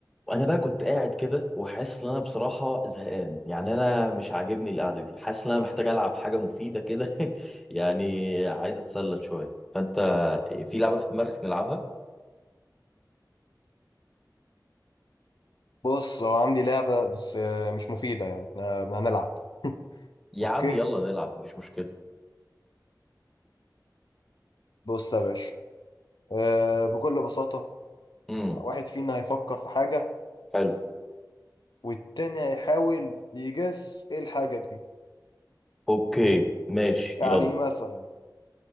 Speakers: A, in the centre; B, on the left.
A: وانا بقى كنت قاعد كده وحاسس ان انا بصراحه زهقان يعني انا مش عاجبني القعده دي حاسس ان انا محتاج العب حاجه مفيده كده <laughs> يعني عايز اتسلى شويه فانت في لعبه في دماغك نلعبها
B: بص هو عندي لعبة بس آه، مش مفيدة يعني احنا هنلعب
A: يا
B: اوكي
A: عم يلا نلعب مفيش مشكله
B: بص يا باشا آه، بكل بساطة
A: امم
B: واحد فينا هيفكر في حاجة
A: حلو
B: والتاني هيحاول يجس ايه الحاجة دي
A: اوكي ماشي
B: يعني
A: يلا
B: مثلا